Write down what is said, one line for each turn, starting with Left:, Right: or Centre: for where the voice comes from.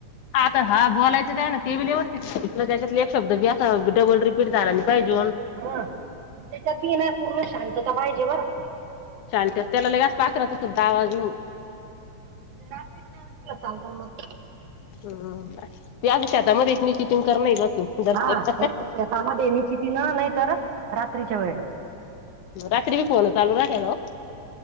Left: आता हा बोलायचं आहे ना ते व्यवस्थित त त्याच्यातले एक शब्द व्यास डबल. <inaudible> <inaudible>
Right: ह त्याच्यात बी ना पूर्ण शांतता पाहिजे बरं.
Left: शांत त्याला ललेगच पाखरात सुद्धा आवाज नाही.
Right: हजे र्री चालत मग.
Left: ह ते अस आता मध्ये इथने चिटिंग करणार बसून. दरच
Right: हा एक शेतामध्ये <inaudible> न नाही तर रात्रीच्या वेळे.
Left: रात्री बी फोन चालू राते नन्हवं.